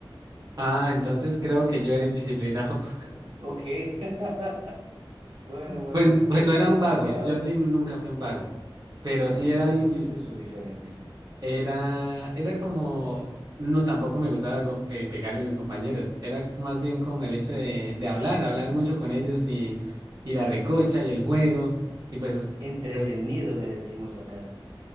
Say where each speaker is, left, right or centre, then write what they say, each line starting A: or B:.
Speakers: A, on the right; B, on the right.
A: Ah, entonces creo que yo era indisciplinado. <laughs>
B: Ok. <laughs> Bueno, bueno,
A: Pues,
B: bueno, espero
A: pues no
B: que
A: era
B: hayas
A: un vago,
B: cambiado.
A: yo sí nunca fui un vago, pero
B: Ah,
A: sí
B: no, pues
A: era algo
B: entonces
A: indi-
B: eso es diferente.
A: Era, era como, no, tampoco me gustaba eh, pegarle a los compañeros, era más bien como el hecho de, de hablar, hablar mucho con ellos y, y la recocha y el juego, y pues, es-
B: Entretenido,
A: pues,
B: le decimos acá.